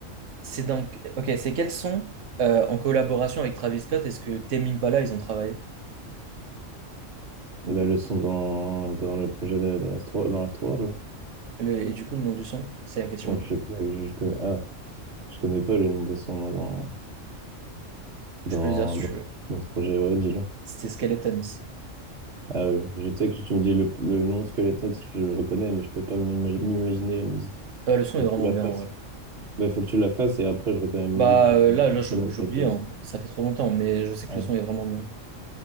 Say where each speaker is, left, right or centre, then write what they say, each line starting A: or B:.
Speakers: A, on the right (about 65°); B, on the right (about 50°).
A: c'est donc. Ok, c'est quels sons euh, en collaboration avec Travis Scott est-ce que Tame Impala ils ont travaillé?
B: Bah, le son dans, dans le projet de- d'Astro, dans Astroworld, là.
A: Le- et du coup, le nom du son, c'est la question.
B: Bon, je sais plus, je, je connais. ah, Je connais pas le nom de son, moi, dans, dans,
A: Je peux le dire si
B: dans,
A: tu veux.
B: dans ce projet. Ouais, dis-le.
A: C'était Skeletons.
B: Ah oui, je sais que tu me dis le, le nom Skeleton, je le reconnais, mais je peux pas m'ima- m'imaginer la musique.
A: Ah, le son
B: Faut
A: est
B: que
A: vraiment
B: tu la
A: bien
B: fasses.
A: en vrai.
B: Bah, faut que tu la fasses et après, je reconnais la musique.
A: Bah
B: Genre,
A: euh,
B: je
A: là,
B: vais
A: là
B: pas
A: je-
B: reconnaître
A: j'oublie,
B: avec le
A: hein.
B: titre.
A: Ça fait trop longtemps, mais je sais
B: Ouais.
A: que le son est vraiment bien.